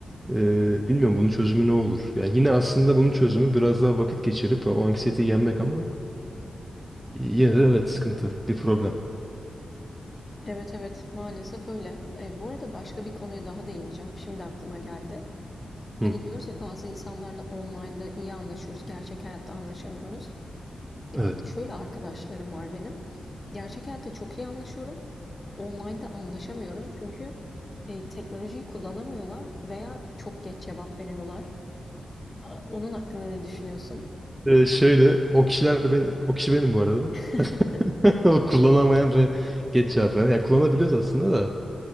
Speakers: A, on the right (about 15°); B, on the left (about 30°).
A: e, bilmiyorum bunun çözümü ne olur? Yani yine aslında bunun çözümü biraz daha vakit geçirip o anksiyeteyi yenmek ama yine de evet sıkıntı, bir problem.
B: Evet evet maalesef öyle. E, bu arada başka bir konuya daha değineceğim. Şimdi aklıma geldi. Hani
A: Hı,
B: diyoruz ya bazı insanlarla online'da iyi anlaşıyoruz, gerçek hayatta anlaşamıyoruz. E,
A: evet.
B: bir de şöyle arkadaşlarım var benim. Gerçek hayatta çok iyi anlaşıyorum. Online'da anlaşamıyorum çünkü e, teknolojiyi kullanamıyorlar veya çok geç cevap veriyorlar. A, Onun hakkında ne düşünüyorsun?
A: Ee, şöyle o kişiler ben o kişi benim bu arada.
B: <laughs>
A: <laughs> O kullanamayan ve geç cevap veren. Ya kullanabiliyoruz aslında da.